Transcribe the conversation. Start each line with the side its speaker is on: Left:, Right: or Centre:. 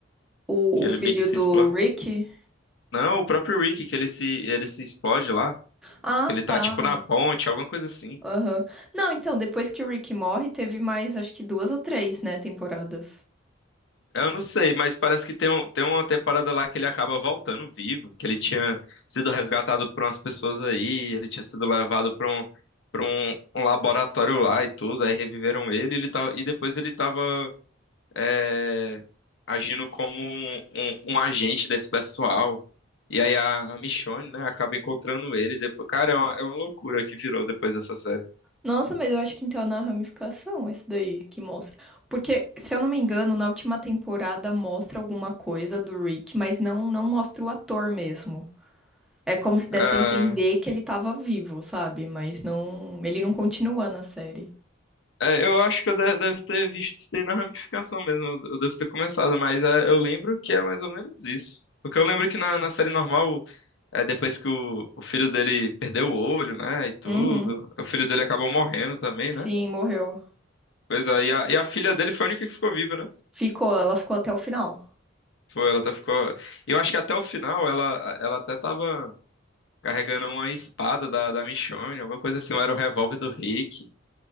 Centre: O,
Left: que
Centre: o
Left: ele
Centre: filho
Left: meio que se
Centre: do
Left: explode.
Centre: Rick?
Left: Não, o próprio Rick que ele se ele se explode lá,
Centre: Ah,
Left: que ele tá
Centre: tá.
Left: tipo na ponte, alguma coisa assim.
Centre: Aham. Não, então, depois que o Rick morre, teve mais, acho que duas ou três, né, temporadas.
Left: Eu não sei, mas parece que tem, um, tem uma temporada lá que ele acaba voltando vivo, que ele tinha sido resgatado por umas pessoas aí, ele tinha sido levado para um, para um, um laboratório lá e tudo, aí reviveram ele, ele tava, e depois ele tava é, agindo como um, um- um agente desse pessoal. E aí a, a Michonne, né, acaba encontrando ele depois. Cara, é uma, é uma loucura que virou depois dessa série.
Centre: Nossa, mas eu acho que então é na ramificação esse daí que mostra. Porque, se eu não me engano, na última temporada mostra alguma coisa do Rick, mas não, não mostra o ator mesmo. É como se
Left: Ah,
Centre: desse a entender que ele tava vivo, sabe? Mas não, ele não continua na série.
Left: É, eu acho que eu de- deve ter visto isso daí na ramificação mesmo. Eu, eu devo ter começado, mas é, eu lembro que é mais ou menos isso. Porque eu lembro que na, na série normal, é, depois que o, o filho dele perdeu o olho, né? E tudo,
Centre: Uhum.
Left: o filho dele acabou morrendo também,
Centre: Sim,
Left: né?
Centre: morreu.
Left: Pois é, e a, e a filha dele foi a única que ficou viva, né?
Centre: Ficou, ela ficou até o final.
Left: Foi, ela até ficou. E eu acho que até o final ela, ela até tava carregando uma espada da, da Michonne, alguma coisa assim, ou era o revólver do Rick.